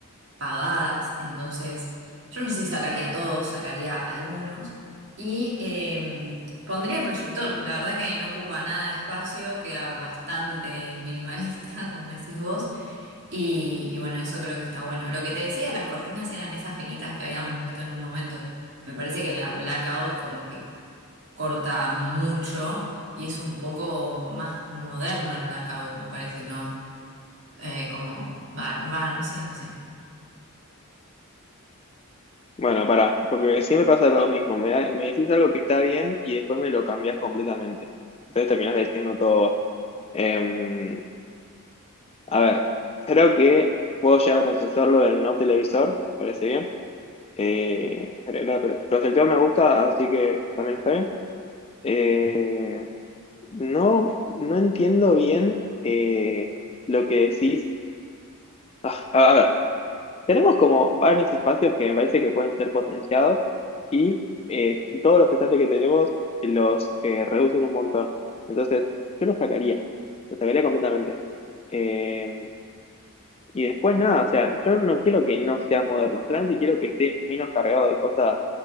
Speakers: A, on the right (about 55°); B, on the left (about 25°).
A: pavadas, entonces yo no sé si sacaría todos, sacaría algunos. Y em, pondría el proyector, la verdad que no ocupa nada de espacio, queda bastante minimalista, <laughs> como decís vos. Y, y bueno, eso creo que está bueno. Lo que te decía, las cortinas eran esas finitas que habíamos visto en un momento. Me parece que la blackout como que corta mucho y es un poco más moderno el blackout, me parece, ¿no? Eh, como va, va, no sé, no sé.
B: Bueno, pará, porque siempre pasa lo mismo, me, da- me decís algo que está bien y después me lo cambiás completamente. Entonces terminás diciendo todo. vos. Em, A ver, creo que puedo llegar a consensuarlo del no televisor, me parece bien. Eh, pero la- pero el proyector me gusta, así que también está bien. Eh, no, no entiendo bien eh, lo que decís. Ah, a a ver, tenemos como varios espacios que me parece que pueden ser potenciados y eh, todos los estantes que tenemos los eh, reducen un montón. Entonces, yo los sacaría, los sacaría completamente. Eh, Y después nada, o sea, yo no quiero que no sea moderno, solamente quiero que esté menos cargado de cosas